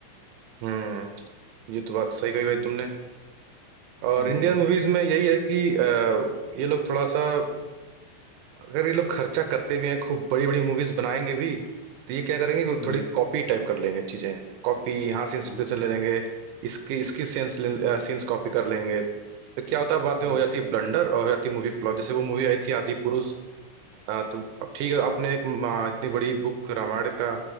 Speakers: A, on the right (about 80°); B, on the left (about 65°).
A: हम्म ये तो बात सही कही भाई
B: हम्म
A: तुमने और
B: हम्म
A: इंडियन मूवीज में यही है कि अ, ये लोग थोड़ा सा अगर ये लोग खर्चा करते भी हैं खूब बड़ी बड़ी मूवीज बनाएंगे भी तो ये क्या करेंगे कि
B: हम्म,
A: थोड़ी कॉपी टाइप कर लेंगे चीजें कॉपी यहाँ से इंस्पिरेशन
B: हाँ
A: ले लेंगे इसके इसकी सीन्स सीन्स कॉपी कर लेंगे तो क्या होता है बाद
B: हाँ
A: में हो
B: हाँ
A: जाती है ब्लंडर और हो जाती है मूवी फ्लॉप जैसे वो मूवी आई थी आदि पुरुष अ, तो अब ठीक है आपने एक म, इतनी बड़ी बुक रामायण का